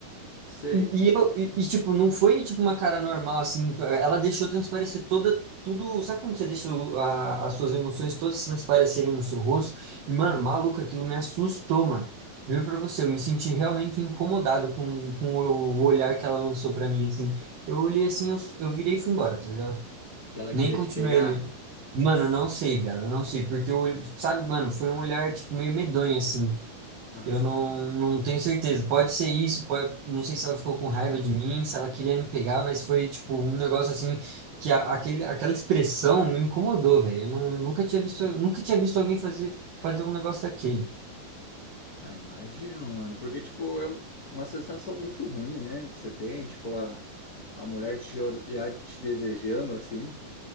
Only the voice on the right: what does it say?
E, e eu- e- e, tipo, não foi tipo uma cara normal, assim. Ela deixou transparecer toda, tudo. Sabe quando você deixa o- a- as suas emoções todas transparecerem no seu rosto? E, mano,
maluco, aquilo me assustou, mano. Juro pra você, eu me senti realmente incomodado com, com o olhar que ela lançou pra mim, assim. Eu olhei assim, eu, eu virei e fui embora, tá ligado?
Nem
continuei
ele. Mano, eu não sei, velho, eu não sei, porque eu, olho- sabe, mano, foi um olhar, tipo, meio medonho, assim.
Eu não, não tenho certeza. Pode ser isso, pode... não sei se ela ficou com raiva de mim, se ela queria me pegar, mas foi tipo um negócio assim que a, aquele, aquela expressão me incomodou, velho. Eu não, nunca tinha visto, nunca tinha visto alguém fazer, fazer um negócio daquele.